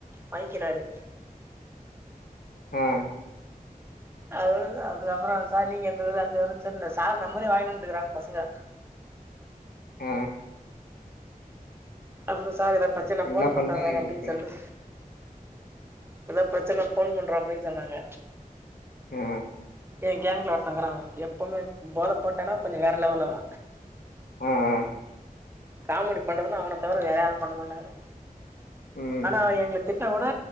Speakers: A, on the right; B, on the left.
A: வாங்கினாரு
B: ம்
A: அவ்ளதா அதுக்கப்பறோ சார் நீங்க எந்தஊரு அந்த ஊருன் சொல்னு அந்த சார் நம்பரே வாங்கினு வந்ட்டுகிறாங்க பசங்க
B: ஆ
A: அப்பறோ சார் எதா பிரச்சனா
B: ஃபுல்லா
A: ஃபோன்
B: ஃபன்னா
A: பண்றோ சார்
B: ஆயிருக்குது
A: அப்டின்
B: போல
A: சொல்டு எதா பிரச்சன்னா ஃபோன் பண்றோ அப்டின் சொன்னாங்க
B: ஆ
A: எ கேங்க்ல ஒருத்தங்கிறா எப்பமே போத போட்டானா கொஞ்சோ வேற லெவல் அவ
B: ஆ ஆ
A: காமெடி பண்றதுன்னா அவன தவிர வேறயாரு பண்ண மாட்டாங்க
B: ம்
A: ஆனா அவ ஏங்ளுக் திட்னா கூட